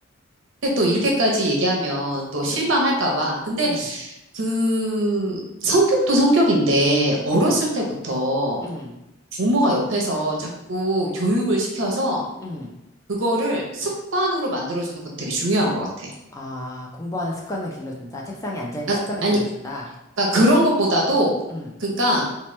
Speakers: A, on the right; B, on the left.
A: 근데 또 이렇게까지 얘기하면 또 실망할까 봐. 근데
B: 음,
A: 그 성격도 성격인데 어렸을
B: 음,
A: 때부터
B: 음,
A: 부모가 옆에서 자꾸 교육을 시켜서
B: 음.
A: 그거를 습관으로 만들어주는 것도 되게 중요한 것 같아.
B: 아, 공부하는 습관을 길러준다. 책상에 앉아있는
A: 아,
B: 습관을
A: 아니,
B: 길러준다.
A: 그러니까 그런 것보다도
B: 음,
A: 그러니까